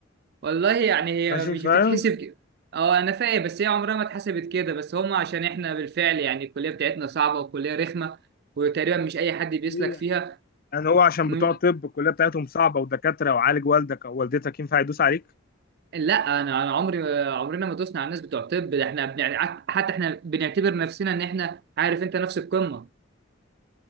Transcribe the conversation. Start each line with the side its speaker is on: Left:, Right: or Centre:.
Right: والله يعني هي
Left: ماشي
Right: مش
Left: فاهم
Right: بتتحسب كده اه انا فاهم بس هي عمرها ما اتحسبت كده بس هم عشان احنا بالفعل يعني الكليه بتاعتنا صعبه وكليه رخمه وتقريبا مش اي حد بيسلك
Left: طبيعي
Right: فيها
Left: يعني هو عشان
Right: م-
Left: بتوع طب الكليه بتاعتهم صعبه ودكاتره وعالج والدك او والدتك ينفع يدوس عليك
Right: لا انا انا عمري عمرنا ما دوسنا على الناس بتوع طب ده احنا بنع... حتى احنا بنعتبر نفسنا ان احنا عارف انت نفس القمه